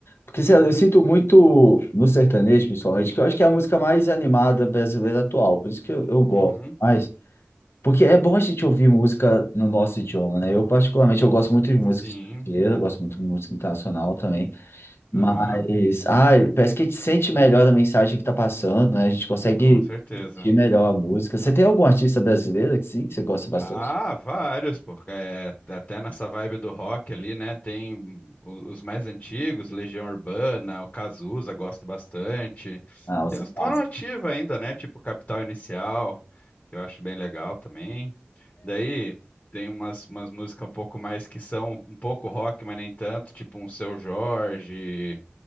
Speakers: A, on the left (about 85°); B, on the left (about 30°).
A: Porque, sei lá, eu sinto muito no sertanejo, principalmente, que eu acho que é a música mais animada brasileira atual, por isso que eu, eu gosto
B: Uhum.
A: mais. Porque é bom a gente ouvir música no nosso idioma, né? Eu, particularmente, eu gosto muito de música
B: Sim.
A: estrangeira, eu gosto muito de música internacional também. Mas,
B: Aham.
A: ah, parece que a gente sente melhor a mensagem que tá passando, né? A gente consegue
B: Com certeza.
A: sentir melhor a música. Você tem algum artista brasileiro que sim, que você gosta bastante?
B: Ah, vários, porque é, até nessa vibe do rock ali, né? Tem o- os mais antigos, Legião Urbana, o Cazuza, gosto bastante.
A: Ah, os
B: Tem
A: clássicos.
B: uns que estão na ativa ainda, né? Tipo Capital Inicial, que eu acho bem legal também. Daí tem umas, umas músicas um pouco mais que são um pouco rock, mas nem tanto, tipo um Seu Jorge,